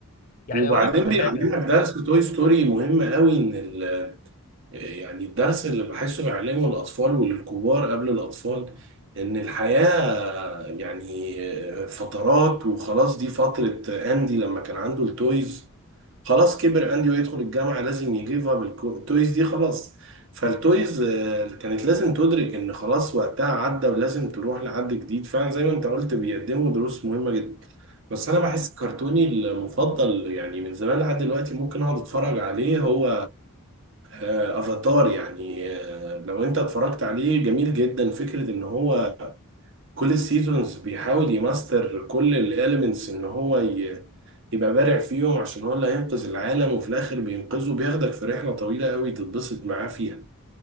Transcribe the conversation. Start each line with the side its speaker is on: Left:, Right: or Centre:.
Left: يعني
Right: وبعدين
Left: اقول لك على
Right: بيعلمك
Left: حاجة
Right: درس توي ستوري مهم قوي ان ال... يعني الدرس اللي بحسه بيعلمه الاطفال وللكبار قبل الاطفال ان الحياة يعني فترات وخلاص دي فترة اندي لما كان عنده التويز خلاص كبر اندي ويدخل الجامعه لازم يجيب اب التويز دي خلاص فالتويز آه، كانت لازم تدرك ان خلاص وقتها عدى ولازم تروح لحد جديد فعلا زي ما انت قلت بيقدموا دروس مهمه جدا بس انا بحس كرتوني المفضل يعني من زمان لحد دلوقتي ممكن اقعد اتفرج عليه هو آه، افاتار يعني آه، لو انت اتفرجت عليه جميل جدا فكره ان هو كل السيزونز بيحاول يماستر كل الاليمنتس ان هو ي... يبقى بارع فيهم عشان هو اللي هينقذ العالم وفي الاخر بينقذه بياخدك في رحلة طويلة قوي تتبسط معاه فيها